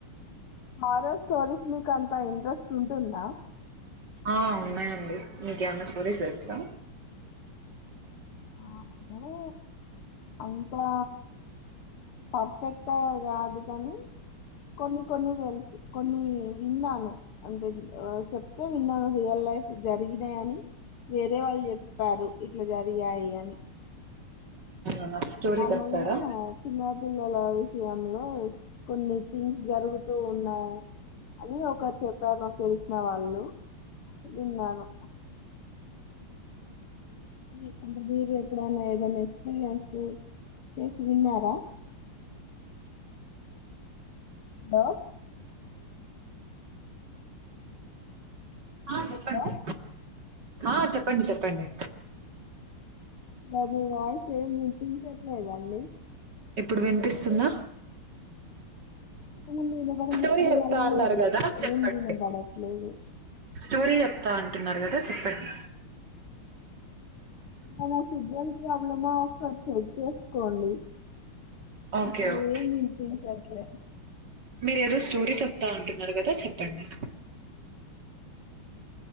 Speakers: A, on the left; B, on the right.
A: హారర్ స్టోరీస్ మీకంత ఇంట్రెస్ట్ ఉంటుందా?
B: ఆ ఉన్నాయండి. మీకేమన్నా స్టోరీస్ తెల్సా?
A: మా అందరూ అంతా పర్ఫెక్ ట కాదు కానీ, కొన్ని కొన్ని తెలుసు. కొన్ని విన్నాను. అంటే చెప్తే విన్నాను రియల్ లైఫ్ జరిగినయని వేరే వాళ్ చెప్పారు ఇట్ల జరి. రిగాయి అని
B: అవునా నాకు స్టోరీ
A: నార్మల్గా
B: చెప్తారా
A: చిన్నారి పిల్లల విషయంలో కొన్ని థింగ్స్ జరుగుతూ ఉన్నాయి, అని ఒకరు చెప్పారు. మాకు తెలిసిన వాళ్ళు, విన్నాను. మీ అంటే మీరు ఎప్పుడన్నా ఏదైన్న ఎక్స్పీరియన్స్ చేసి విన్నారా? ద
B: ఆ చెప్పండి.
A: హలో
B: ఆ చెప్పండి చెప్పండి.
A: అబ్బ మీ వాయిస్ ఏం వినిపించ లేద అండి?
B: ఇప్పుడు వినిపిస్తుందా?
A: ఇప్పుడు వినపడింది.
B: స్టోరీ
A: ఇప్పుడు
B: చెప్తా
A: మళ్ళీ
B: అన్నారు కదా చెప్పండి
A: ఏం వినేబడట్ లేదు
B: స్టోరీ చెప్తా అంటున్నారు కదా? చెప్పండి.
A: బా నాకిబ్బంది యాబ్లమో సర్ చెక్ చేసుకోండి.
B: ఓకే
A: అసలేం
B: ఓకే
A: వినిపించట్ల
B: మీరు ఏదో స్టోరీ చెప్తా అంటున్నారు కదా చెప్పండి.